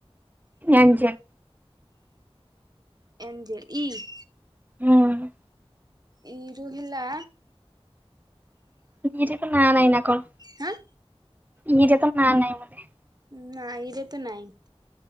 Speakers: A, on the right; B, on the right.
A: ଏଞ୍ଜେଲ।
B: ଏଞ୍ଜଲ ଇ।
A: ହୁଁ।
B: ଇ ରୋହିିଲା।
A: ନି ରେ ତ ନାଁ ନାହିଁ ନା କଣ?
B: ହାଁ
A: ନି ରେ ତ ନା ନାହିଁ ନା।
B: ନା ଇରେ ତ ନାଇଁ।